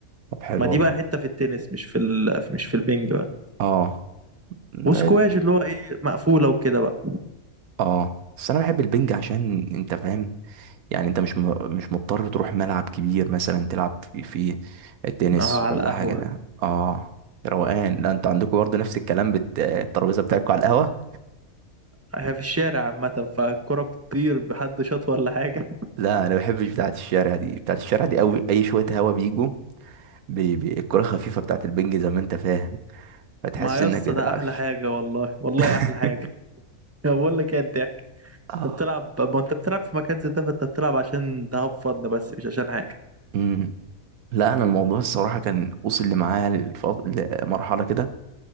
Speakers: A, on the right; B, on the right.
A: طب حلو
B: ما دي
A: والله
B: بقى حتة في التنس مش في ال... مش في البنج بقى
A: اه البنج.
B: وسكواش اللي هو ايه مقفولة وكده بقى
A: اه بس انا بحب البنج عشان انت فاهم يعني انت مش م... مش مضطر تروح ملعب كبير مثلا تلعب في في التنس
B: اه على
A: ولا
B: القهوة
A: حاجه ده اه روقان لا انت عندكم برضه نفس الكلام بت... الترابيزه بتاعتكم على القهوه
B: هي في الشارع عامة فالكرة بتطير بحد شاط ولا حاجة <laughs>
A: لا انا ما بحبش بتاعه الشارع دي بتاعه الشارع دي قوي اي شويه هوا بيجوا بي بي الكرة خفيفة بتاعت البنج زي ما انت فاهم فتحس
B: ما يا
A: انك
B: اسطى
A: كده
B: ده
A: العفش
B: أحلى حاجة والله والله
A: <laughs>
B: أحلى حاجة <laughs> بقول لك ايه انت
A: اه
B: بتلعب ما انت بتلعب في مكان زي ده فانت بتلعب عشان تهفضنا بس مش عشان حاجة
A: امم لا انا الموضوع الصراحه كان وصل لي معايا الفض... لمرحله كده